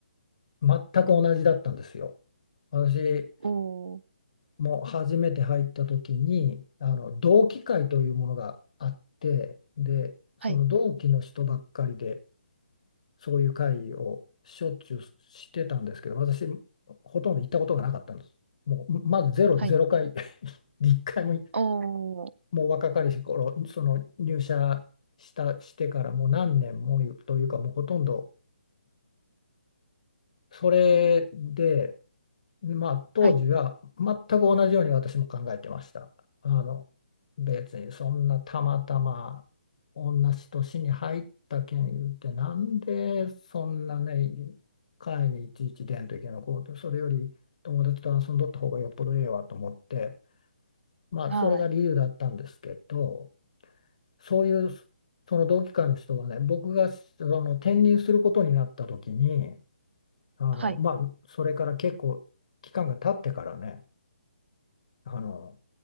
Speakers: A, on the left (about 35°); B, on the right (about 70°).
A: 全く同じだったんですよ。私
B: おー、
A: も初めて入った時に、あの同期会というものがあって、で、
B: はい、
A: その同期の人ばっかりで、そういう会をしょっちゅうしてたんですけど、私、ほとんど行ったことがなかったんです。もう、まずゼロ、
B: はい。
A: ゼロ回、<laughs> 一回も
B: おー、
A: もう若かりし頃、その入社した、してからもう何年もというか、もうほとんど、それで、まあ、当時は全く同じように私も考えてました。
B: はい、
A: あの、別にそんなたまたま同じ年に入ったけん言って、なんでそんなね、会にいちいち出んといけないのこうと、それより友達と遊んどった方がよっぽどええわと思って、まあ、
B: はい、
A: それが理由だったんですけど、そういうその同期会の人がね僕がその転任することになった時にあのまあそれから結構期間が経ってからね
B: はい、
A: あの